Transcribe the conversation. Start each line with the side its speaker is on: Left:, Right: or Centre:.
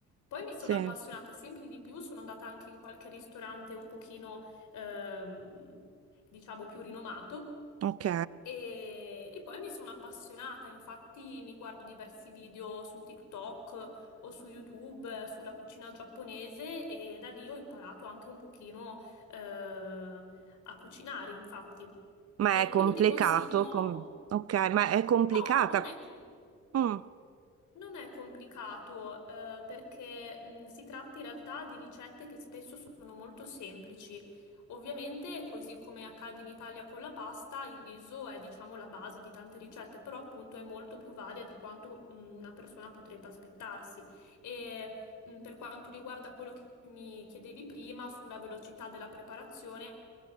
Left: Poi mi sono
Right: sì,
Left: appassionata sempre di più, sono andata anche in qualche ristorante un pochino, ehm, diciamo, più rinomato
Right: ok.
Left: e, e poi mi sono appassionata, infatti mi guardo diversi video su TikTok o su YouTube eh, sulla cucina giapponese e da lì ho imparato anche un pochino eh, a cucinare, infatti.
Right: Ma
Left: E
Right: è complicato,
Left: quindi ti consiglio,
Right: com- ok, ma è complicata.
Left: no, non è, con-
Right: Mm,
Left: non è complicato, eh, perché mh, si tratta in realtà di ricette che spesso sono molto semplici. Ovviamente, così come accade in Italia con la pasta, il riso è, diciamo, la base di tante ricette, però appunto è molto più varia di quanto mh, una persona potrebbe aspettarsi. E mh, per quanto riguarda quello che mi chiedevi prima sulla velocità della preparazione,